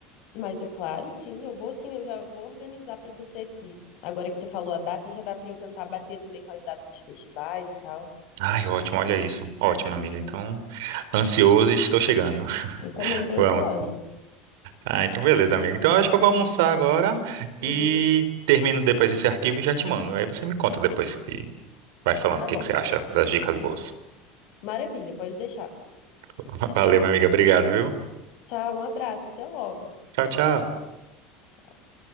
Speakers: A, on the left (about 55°); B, on the right (about 80°).
A: Mas é claro, sim, eu vou sim, eu já vou organizar para você aqui. Agora que você falou a data, já dá para eu tentar bater também com as datas dos festivais e tal.
B: Ai, ótimo, olha isso. Ótimo,
A: Uhum.
B: amiga. Então, ansioso e estou chegando. <laughs>
A: Eu também tô
B: Vamos.
A: ansiosa.
B: Ah, então beleza, amiga. Então eu acho que eu vou almoçar agora
A: Uhum.
B: e termino depois esse arquivo e já te mando. Aí você me conta depois que vai falando
A: Tá
B: o que
A: bom.
B: que você acha das dicas
A: Ma-
B: boas.
A: Maravilha, pode deixar.
B: <laughs> Valeu, minha amiga. Obrigado, viu?
A: Tchau, um abraço, até logo.
B: Tchau, tchau.
A: Tchau.